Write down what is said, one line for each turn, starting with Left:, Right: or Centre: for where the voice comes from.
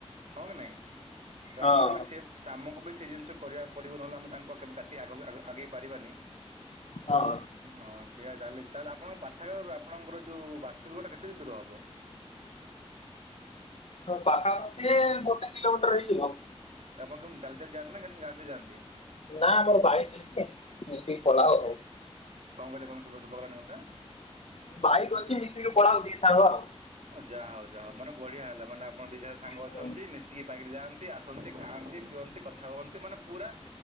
Right: ହଁ କି ନାଇଁ, ତ
Left: ହଁ।
Right: ଆମକୁ ବି ସେଫ ତ ଆମକୁ ବି ସେ ଜିନିଷ କରିବାକୁ ପଡ଼ିବ ନହେଲେ ଆମେ ତାଙ୍କୁ କେବେ କାଟି ଆଗ ଆଗେଇ ପାରିବାନି।
Left: ହଁ।
Right: ହଁ ସେଇୟା ଚାଲିଛି ତାହେଲେ ଆପଣଙ୍କ ପାଠାଗାଁରୁ ଆପଣଙ୍କର ଯୋଉ ବାସଗୃହଟା କେତିକି ଦୂର ହବ?
Left: ହଁ ପାଖାପାଖି ଗୋଟେ କିଲୋମିଟର ହେଇଯିବ।
Right: ତ ଆପଣ କେମିତି ଚାଲି ଚାଲି ଯାନ୍ତି ନା କେମିତି ଗାଡ଼ି ରେ ଯାନ୍ତି?
Left: ନା ଆମର ଭାଇ ମିଶି ମିଶି ପଳାଉ ଆଉ <inaudible>
Right: କ'ଣ କହିଲେ କ'ଣ ଶୁଭ ଶୁଭାଗଲାନି ମୋତେ
Left: ଭାଇକ ଅଛି ମୁ <unintelligible> ପଳାଉ ଟେ ସାଙ୍ଗ ଆଉ
Right: ଯାହାହଉ ଯାହା ହଉ ମାନେ ବଢ଼ିଆ ହେଲା ମାନେ ଆପଣ ଦୁଇ ଜଣ ସାଙ୍ଗ ଅଛନ୍ତି
Left: ହଁ।
Right: ମିଶିକି ବାଇକି ରେ ଯାଆନ୍ତି ନ୍ତି ଆସନ୍ତି ଖାଆନ୍ତି ପିଅନ୍ତି କଥା କୁହନ୍ତି ମାନେ ପୁରା